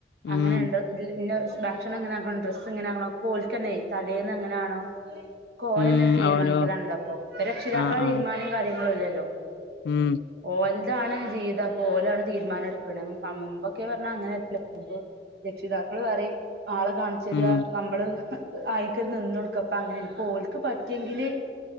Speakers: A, on the left; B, on the right.
A: ഉം
B: അങ്ങനെയുണ്ട് ന്ന ഭക്ഷണം എങ്ങനെക്കണം ഡ്രസ്സ് എങ്ങനെയണം ഒകെ ഓലിക്കന്നെ തലേൽന്ന് എങ്ങനെയാണോ കോലന്ന
A: ഉം
B: തീരുമാനിക്കലാണല്ലോ
A: ഓരോ
B: അപ്പൊ രക്ഷിതാക്കള
A: ആഹ്
B: തീരുമാനം
A: ആഹ്
B: കാര്യങ്ങളും ഇല്ലല്ലോ
A: ഉം
B: ഓലതാണ് ജീവിതം അപ്പൊ ഓലാണ് തീരുമാനം എടുക്കണ മുമ്പൊക്കെ പറഞ്ഞാ അങ്ങനെയല്ലു രക്ഷിതാക്കള് പറയും ആള് കാണിച്ചര
A: ഉം
B: നമ്മള് ആയിക്കരു നിന്ന് കൊടുക്കും അപ്പ അങ്ങനെപ്പ ഓലക്ക് പറ്റിയെങ്കില്